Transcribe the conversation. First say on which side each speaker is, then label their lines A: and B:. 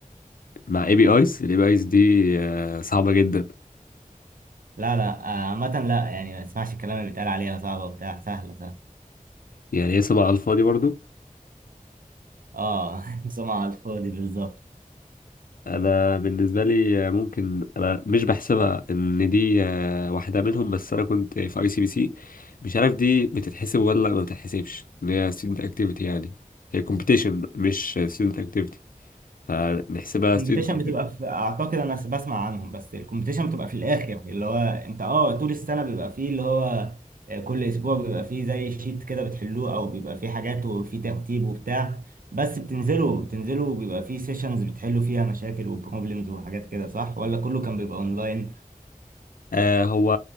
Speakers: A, on the left; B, on the right.
A: مع اي بي ايز الاي بي ايز دي آه، صعبه جدا
B: لا لا آه، عامه لا يعني ما اسمعش الكلام اللي بيتقال عليها صعبه وبتاع سهله سهله
A: يعني هي سبعة على الفاضي برضو
B: اه <laughs> سمعة على الفاضي بالظبط
A: انا بالنسبه لي آه، ممكن انا مش بحسبها ان دي آه، واحده منهم بس انا كنت في اي سي بي سي مش عارف دي بتتحسب ولا ما بتتحسبش ان هي ستودنت اكتيفيتي يعني هي كومبيتيشن مش ستودنت اكتيفيتي فنحسبها
B: الكومبيتيشن
A: student
B: بتبقى في اعتقد انا بسمع عنهم بس الكومبيتيشن بتبقى في الاخر يعني اللي هو انت اه طول السنه بيبقى فيه اللي هو آه، كل اسبوع بيبقى فيه زي شيت كده بتحلوه او بيبقى فيه حاجات وفيه ترتيب وبتاع بس بتنزلوا بتنزلوا بيبقى فيه سيشنز بتحلوا فيها مشاكل وبروبلمز وحاجات كده صح ولا كله كان بيبقى اونلاين
A: آه هو